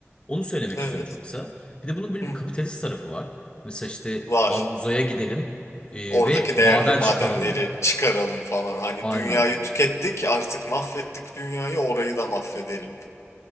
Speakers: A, on the left (about 25°); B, on the left (about 80°).
A: Onu söylemek
B: Evet.
A: istiyorum çok kısa. Bir de bunun böyle
B: Hı hı.
A: bir kapitalist tarafı var. Mesela işte
B: Var.
A: abi uzaya gidelim e,
B: Oradaki
A: ve maden
B: değerli madenleri
A: çıkaralım.
B: çıkaralım falan. Hani
A: Aynen.
B: dünyayı tükettik, artık mahvettik dünyayı, orayı da mahvedelim.